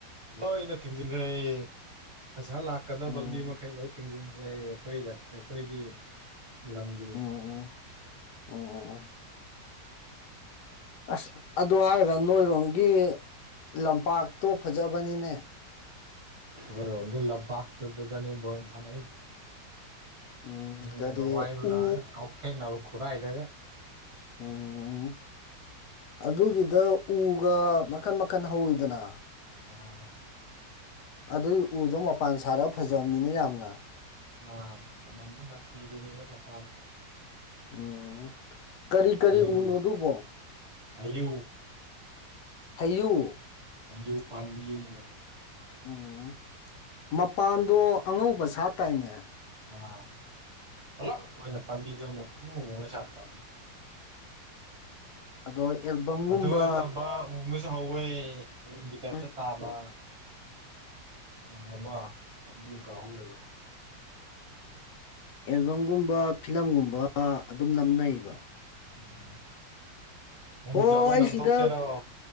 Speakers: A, on the right; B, on the left.
A: ꯂꯣꯏꯅ ꯊꯤꯡꯖꯤꯟꯈ꯭ꯔꯦ ꯐꯁꯥ ꯂꯥꯛꯀꯗꯕ
B: ꯎꯝ
A: ꯂꯝꯕꯤ ꯃꯈꯩ ꯂꯣꯏ ꯊꯤꯡꯖꯤꯟꯈ꯭ꯔꯦ ꯑꯩꯈꯣꯏ ꯑꯩꯈꯣꯏꯒꯤ ꯂꯝꯒꯤ
B: ꯎꯝ ꯎꯝ ꯎꯝ ꯎ ꯑꯁ ꯑꯗꯨ ꯍꯥꯏꯔꯒ ꯅꯣꯏꯔꯣꯝꯒꯤ ꯂꯝꯄꯥꯛꯇꯣ ꯐꯖꯕꯅꯤꯅꯦ
A: ꯅꯣꯢꯔꯣꯝꯒꯤ ꯂꯥꯝꯄꯥꯛꯇꯨꯗꯅꯦ ꯕꯣꯜ ꯁꯥꯟꯅꯩꯁꯦ
B: ꯎꯝ
A: ꯃꯤꯅꯒ
B: ꯀꯔꯤ
A: ꯋꯥꯏꯕ ꯂꯥꯛꯑꯒ
B: ꯎ
A: ꯀꯥꯎꯊꯦꯡꯅꯕ ꯈꯨꯔꯥꯏꯗꯒ
B: ꯎꯝ ꯑꯗꯨꯒꯤꯗ ꯎꯒ ꯃꯈꯟ ꯃꯈꯟ ꯍꯧꯋꯤꯗꯅ
A: ꯑꯝ
B: ꯑꯗꯨꯏ ꯎꯗꯣ ꯃꯄꯥꯟ ꯁꯥꯔꯒ ꯐꯖꯕꯅꯤꯅ ꯌꯥꯝꯅ
A: ꯑ ꯃꯅꯗꯤ ꯊꯕꯅꯦꯗ ꯄꯈꯔ
B: ꯎꯝ
A: <inaudible>
B: ꯀꯔꯤ ꯀꯔꯤ
A: ꯑꯌꯨ
B: ꯎꯅꯣ ꯑꯗꯨꯕꯣ
A: ꯑꯌꯨ <inaudible>
B: ꯍꯥꯏꯌꯨ
A: ꯑꯌꯨ ꯄꯥꯝꯕꯤꯅꯦ
B: ꯎꯝ ꯃꯄꯥꯟꯗꯣ ꯑꯉꯧꯕ ꯁꯥ ꯇꯥꯏꯅꯦ
A: ꯑꯥ ꯄꯨꯂꯞ ꯑꯣꯏꯅ ꯄꯥꯝꯕꯤꯗꯣ ꯄꯨꯡꯉꯥꯎ ꯉꯥꯎꯉꯩ ꯁꯥꯠꯄ
B: ꯑꯗꯣ ꯑꯦꯜꯕꯝꯒꯨꯝꯕ
A: ꯑꯗꯨ ꯅꯠꯇꯕ ꯎ ꯑꯃꯁꯨ ꯍꯧꯋꯦ ꯎꯟꯒꯤ ꯇꯥꯏꯞꯇ
B: ꯎꯝ
A: ꯇꯥꯕ ꯄꯨꯡ ꯑꯃ ꯄꯥꯝꯕꯤ ꯑꯃꯨꯀ ꯑꯍꯨꯝ ꯂꯩꯕ <inaudible>
B: ꯑꯦꯜꯕꯝꯒꯨꯝꯕ ꯐꯤꯂꯝꯒꯨꯝꯕ ꯑꯗꯨꯝ ꯅꯝꯅꯩꯕ
A: ꯑꯝ ꯅꯪꯒꯤꯁꯨ
B: ꯍꯣ
A: ꯑꯃ
B: ꯑꯩ
A: ꯅꯝꯊꯣꯛꯁꯦꯔꯣ
B: ꯁꯤꯗ